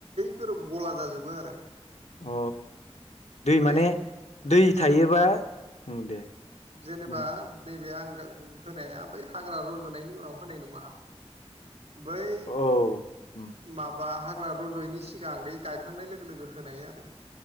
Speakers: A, on the right; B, on the left.
A: फोर गला जाजोबो आरो।
B: अ दै
A: बै
B: माने दै
A: जेने
B: थायोबा उम दे।
A: जेनेबा
B: बुं
A: नैबे आं गा होनाया बै हाग्रा रज'नायनि उनाव होनाय नङा। बै
B: औ उम
A: माबा हा हाग्रा रजयैनि सिगां गायखांनाय लोगो लोगो होनाय आरो।